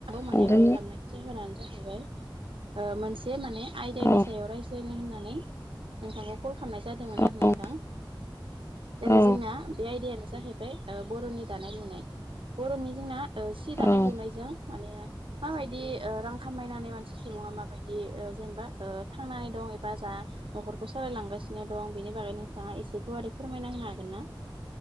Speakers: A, on the right; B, on the left.
A: माने
B: नोंथां
A: कल खालामनायनि जाहोनानो जाहैबाय ओ मोनसे एसे माने आयडानि
B: औ
A: सायाव रायज्लायनो होननानै नोंथांखौ कल खालामनाय जादोंमोन
B: औ
A: आरो नोंथां जेरै
B: औ
A: जोंना बे आयदायानो जाहैबाय ओ बर'नि दानाय लुनाय बर'नि जोंना ओ सि दानाय
B: औ
A: लुनाय मा बायदि ओ रां खामायनानै मानसि सुबुंङा मायदि ओ जेनेबा ओ थांना दं एबा जा न'खरखौ सालायलांगासिनो दं बेनि बागै नोंथाङा एसे गुवारै फोरमायना होनो हागोन ना?